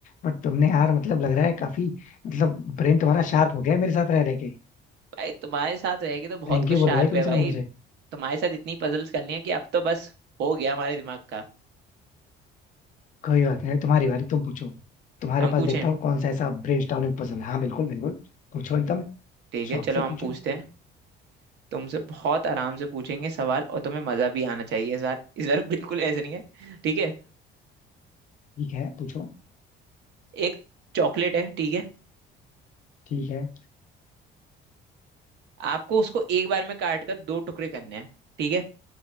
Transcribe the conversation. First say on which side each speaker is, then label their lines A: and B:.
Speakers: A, on the left (about 45°); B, on the right (about 60°).
A: बट तुमने यार मतलब लग रहा है काफी मतलब ब्रेन तुम्हारा शार्प हो गया है मेरे साथ रह रहे के
B: भाई तुम्हारे साथ रहेगी तो बहुत
A: थैंक
B: कुछ
A: यू
B: शार्प
A: बोलो भाई कम
B: है भाई
A: से कम मुझे
B: तुम्हारे साथ इतनी पजल्स कर ली हैं कि अब तो बस हो गया हमारे दिमाग का
A: कोई बात नहीं तुम्हारी बारी तुम पूछो तुम्हारे
B: हम
A: पास
B: पूछें
A: देखता हूँ कौन सा ऐसा ब्रेनस्टॉर्मिंग पजल है हाँ बिल्कुल बिल्कुल पूछो एकदम
B: ठीक
A: शौक
B: है चलो
A: से पूछो
B: हम पूछते हैं तुमसे बहुत आराम से पूछेंगे सवाल और तुम्हें मजा भी आना चाहिए इस बार इस बार बिल्कुल ऐसे नहीं है ठीक है
A: ठीक है पूछो
B: एक चॉकलेट है ठीक है
A: ठीक है
B: आपको उसको एक बार में काट कर दो टुकड़े करने हैं ठीक है